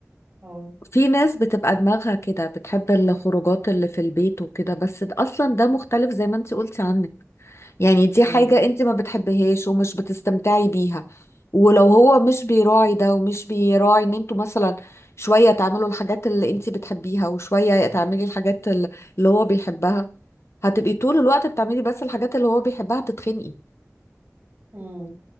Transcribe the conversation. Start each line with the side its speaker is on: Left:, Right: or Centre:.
Right: اه
Left: في ناس بتبقى دماغها كده بتحب الخروجات اللي في البيت وكده بس ده- اصلا ده مختلف زي ما انت قلتي عنك يعني دي
Right: مم.
Left: حاجة انت ما بتحبهاش ومش بتستمتعي بيها ولو هو مش بيراعي ده ومش بيراعي ان انتوا مثلا شوية تعملوا الحاجات اللي انت بتحبيها وشوية تعملي الحاجات ال- اللي هو بيحبها هتبقي طول الوقت بتعملي بس الحاجات اللي هو بيحبها تتخنقي
Right: مم.